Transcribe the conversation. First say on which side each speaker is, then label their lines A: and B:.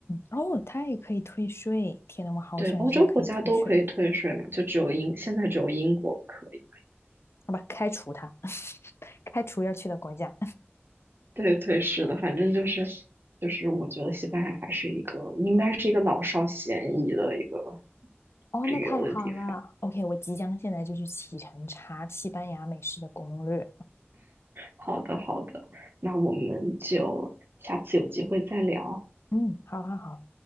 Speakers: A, on the left (about 65°); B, on the right (about 55°).
A: 哦，它也可以退税。天呐，我好喜欢这些可以退税，
B: 对，欧洲国家都可以退税嘛，就只有英现在只有英国不可以。
A: 好吧，开除它，<laughs> 开除要去的国家。
B: <laughs> 对对是的，反正就是就是我觉得西班牙还是一个应该是一个老少咸宜的一个
A: 哦，
B: 旅游的地方。
A: 那太好了。OK，我即将现在就去启程查西班牙美食的攻略。
B: 好的，好的，那我们就下次有机会再聊。
A: 嗯，好好好。